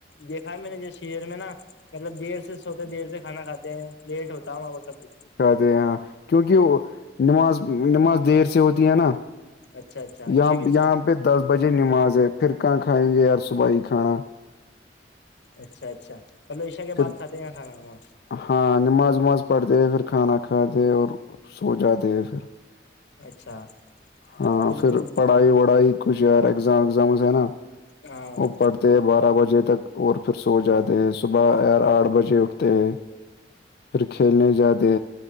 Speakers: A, on the left; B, on the left.
A: دیکھا ہے میں نے ج شر میں نا مطلب دیر سے ہوتے دیر سے کھانا کھے ہیں لیٹ ہوتا ہے وہاں پر سب
B: دے یہاں کیونکہ وہ نماز نماز دیر سے ہوتی ہے نا
A: اچھا اچھا
B: یہاں
A: عشا کے
B: یہاں پہ دس بجے نماز ہے پھر کہاں کھائیں گے یار صبح ہی کھانا
A: اچھا اچھا مطلب عشا کے
B: پھر
A: بد کھاتے ہیں ن کھانااں
B: ہاں نماز وماز پڑھتے ہیں پھر کھانا کھاتے اور سو جاتے ہیں پھر
A: اچھا
B: ہاں
A: بالکل
B: پھر پڑھائی وڑھائی کچھ یار ایگزام ازامز ہے نا
A: ہاں
B: وہ پڑ تے بارہ بجے تک اور پھر سو جاتے ہیں صبح یار آٹھ بجے اٹھتے ہیں پھر کھیلنے زیادہ